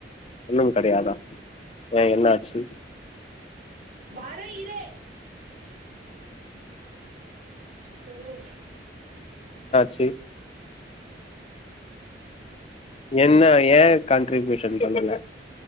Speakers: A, on the left; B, on the right.
A: ஒன்னும் கடையாதா ஏ என்ன ஆச்சு
B: வர இரு சொல்லு
A: செரி என்ன ஏ க ன்ட்ரிபியுஷன் பண்ணல